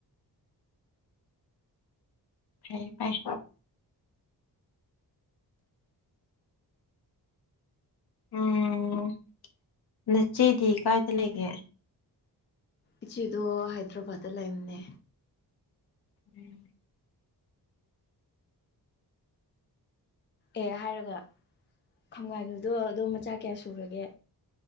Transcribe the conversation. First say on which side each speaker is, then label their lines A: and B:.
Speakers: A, on the left; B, on the left.
A: ꯐꯩ ꯐꯩ꯫ ꯎꯝ ꯅꯆꯦꯗꯤ ꯀꯥꯏꯗ ꯂꯩꯒꯦ꯫
B: ꯏꯆꯦꯗꯣ ꯍꯥꯏꯗ꯭ꯔꯕꯥꯠꯇ ꯂꯩꯝꯅꯦ꯫
A: <inaudible>
B: ꯑꯦ ꯍꯥꯏꯔꯒ ꯈꯪꯒꯥꯏꯅꯨꯗꯣ ꯑꯗꯨ ꯃꯆꯥ ꯀꯌꯥ ꯁꯨꯈ꯭ꯔꯒꯦ꯫